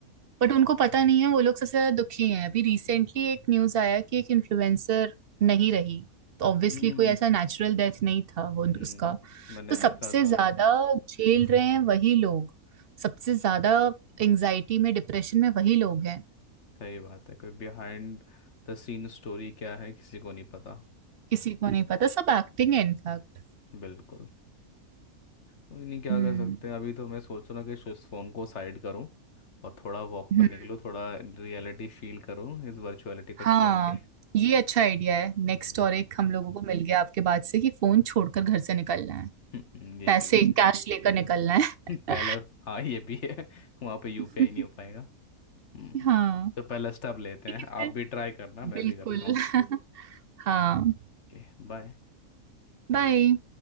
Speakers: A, on the right; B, on the left.
A: बट उनको पता नहीं है वो लोग सबसे ज्यादा दुखी हैं अभी रिसेंटली
B: हैं
A: एक न्यूज आया कि एक इन्फ्लुएंसर नहीं रही तो ऑब्वियसली
B: हम्म
A: कोई ऐसा नेचुरल डेथ नहीं था वो
B: हम्म,
A: उसका तो
B: मैंने
A: हम्म,
B: देखा
A: सबसे
B: था
A: ज्यादा झेल रहे हैं वही लोग सबसे ज्यादा एंजाइटी में डिप्रेशन में वही लोग हैं
B: सही बात है कोई बिहाइंड द सीन स्टोरी क्या है किसी को नहीं पता
A: किसी को नहीं पता सब एक्टिंग है इनफैक्ट
B: बिल्कुल कोई नहीं क्या
A: हम्म
B: कर सकते हैं अभी तो मैं सोच रहा कि इस फोन को साइड करूं और थोड़ा वॉक
A: हम्म,
B: पे निकलूं थोड़ा रियलिटी फील करूं इस वर्चुअलिटी को
A: हाँ
B: छोड़ के
A: ये अच्छा आइडिया है नेक्स्ट
B: हम्म
A: और एक हम लोगों को मिल गया आपके बाद से कि फोन छोड़कर घर से निकलना है
B: हम्म, ये
A: पैसे
B: भी है
A: कैश लेकर निकलना है
B: <laughs> पहला हाँ ये भी है <laughs> वहाँ पे यूपीआई
A: <laughs>
B: नहीं हो पाएगा हम्म
A: हाँ
B: तो पहला स्टेप लेते
A: ठीक
B: हैं आप
A: है
B: भी ट्राई करना मैं
A: बिल्कुल
B: भी करता हूँ
A: <laughs> हाँ
B: ओके बाय
A: बाय